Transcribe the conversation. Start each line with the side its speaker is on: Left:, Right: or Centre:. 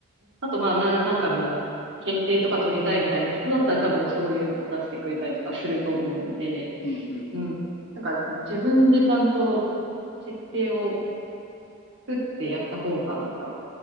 Right: あと、まあ、なん、なんかの、検定とか取りたいみたいな人だったら多分そういうのを出してくれたりとかすると思うので、
Left: うん、うん、
Right: うん。
Left: うん。
Right: なんか自分でちゃんと設定を作ってやった方がなんか